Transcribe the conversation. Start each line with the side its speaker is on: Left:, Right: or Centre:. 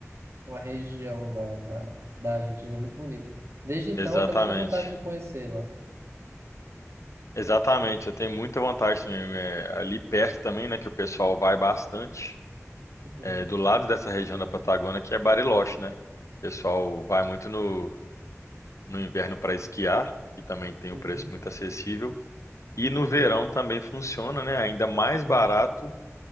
Right: uma região da, da, da Argentina muito bonita. Desde então,
Left: Exatamente.
Right: eu tenho muita vontade de conhecê-la.
Left: Exatamente, eu tenho muita vantagem também. é, ali perto também, né, que o pessoal vai bastante,
Right: Uhum,
Left: é, do lado dessa região da Patagônia, que é Bariloche, né? O pessoal vai muito no, no inverno para esquiar, que também tem
Right: uhum,
Left: um preço muito acessível. E no verão também funciona, né? Ainda mais barato